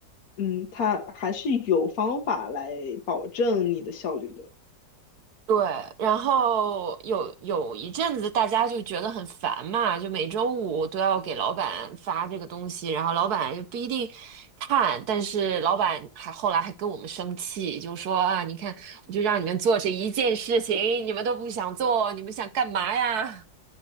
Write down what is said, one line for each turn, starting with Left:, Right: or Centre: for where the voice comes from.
Left: 嗯，他还是有方法来保证你的效率的。
Right: 对，然后有有一阵子大家就觉得很烦嘛，就每周五都要给老板发这个东西，然后老板又不一定看，但是老板还后来还跟我们生气，就说啊，你看，我就让你们做这一件事情，你们都不想做，你们想干嘛呀？